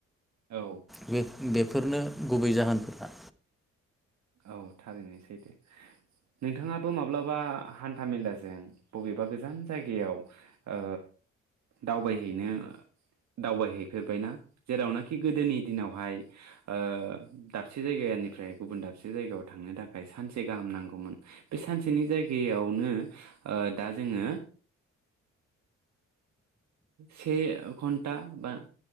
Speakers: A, on the right; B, in the centre.
A: औ
B: बे बेफोरनो गुबै जाहोनफोरा
A: औ थारैनो सैथो नोंथाङाबो माब्लाबा हान्था मेलाजों बबेबा गोजान जायगायाव ओ दावबायहैनो दावबायहैफेरबायना जेरावनाखि गोदोनि दिनावहाय ओ दाबसे जायगानिफ्राय गुबुन दाबसे दाबसे जायगायाव थांनो थाखाय सानसे गाहाम नांगौमोन बे सानसेनि जायगायावनो ओ दा जोङो से घन्टा बा